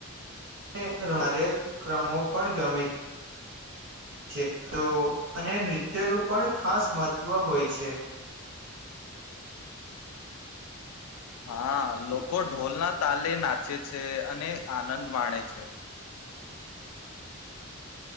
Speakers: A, on the right; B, on the left.
A: કાર્યક્રમો પણ ગમે છે, છે તો અને નૃત્યનું પણ ખાસ મહત્વ હોય છે.
B: હા લોકો ઢોલના તાલે નાચે છે અને આનંદ માણે છે.